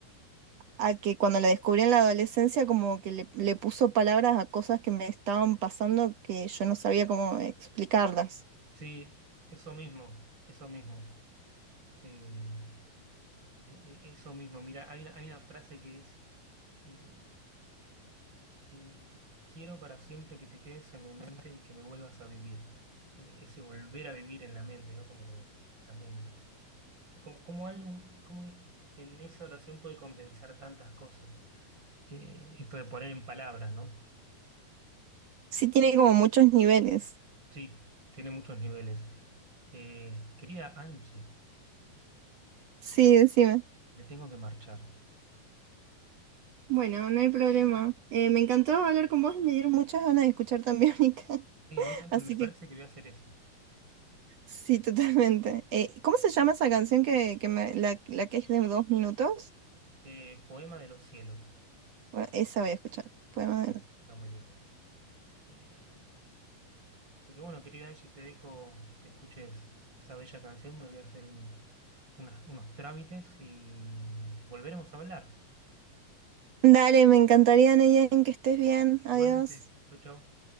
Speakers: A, on the right; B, on the right.
A: a que cuando la descubrí en la adolescencia como que le, le puso palabras a cosas que me estaban pasando que yo no sabía cómo explicarlas.
B: Sí, eso mismo, eso mismo. Eh, e- e- eso mismo. Mira, hay una, hay una frase que es, eh, eh, quiero para siempre que te quedes en mi mente y que me vuelvas a vivir. Eh, ese volver a vivir en la mente, ¿no? Como que también, eh, como, como algo, como en esa oración puede condensar tantas cosas. eh, esto de poner en palabras, ¿no?
A: Sí, tiene como muchos niveles.
B: Sí, tiene muchos niveles. Eh, querida Angie,
A: Sí, decime.
B: me tengo que marchar.
A: Bueno, no hay problema. Eh, me encantó hablar con vos y me dieron muchas ganas de escuchar también <laughs> Mica.
B: Sí, a mí también
A: Así
B: me parece
A: que
B: que voy a hacer eso.
A: sí, totalmente. Eh, ¿cómo se llama esa canción que, que me, la, la que es de dos minutos?
B: Eh, Poema de los cielos.
A: Bueno, esa voy a escuchar. Poema
B: Escuchen,
A: de-
B: Está muy lindo. Eh, así que bueno, querida Angie, te dejo que escuches esa bella canción. Me voy a hacer un- unas- unos trámites y volveremos a hablar.
A: Dale, me encantaría, Neyen, que estés bien. Adiós.
B: Igualmente, chau, chau.